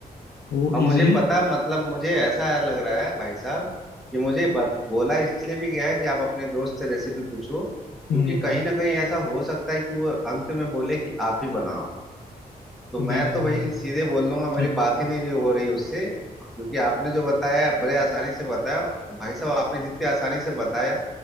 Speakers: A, on the left; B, in the centre.
A: वो
B: और मुझे
A: इजिली
B: पता मतलब मुझे ऐसा लग रहा है भाई साहब कि मुझे बत, बोला इसलिए भी गया है कि आप अपने दोस्त से रेसिपी पूछो
A: हम्म
B: क्योंकि कहीं ना कहीं ऐसा हो सकता है कि वो अंत में बोले कि आप ही बनाओ तो
A: नहीं
B: मैं
A: नहीं
B: तो
A: बिल्कुल
B: भाई सीधे बोल लूंगा मेरी
A: ठीक
B: बात ही नहीं रही- हो रही उससे क्योंकि आपने जो बताया बड़े आसानी से बताया और भाई साहब आपने जितनी आसानी से बताया